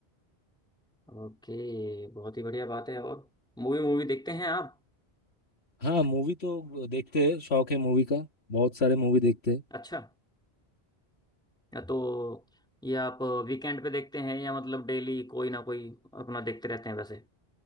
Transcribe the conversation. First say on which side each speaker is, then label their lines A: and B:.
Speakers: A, in the centre; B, on the left.
A: ओके बहुत ही बढ़िया बात है और मूवी मूवी देखते हैं आप
B: हाँ मूवी तो देखते हैं शौक है मूवी का बहुत सारे मूवी देखते हैं
A: अच्छा या तो ये आप वीकेंड पे देखते हैं या मतलब डेली कोई ना कोई अपना देखते रहते हैं वैसे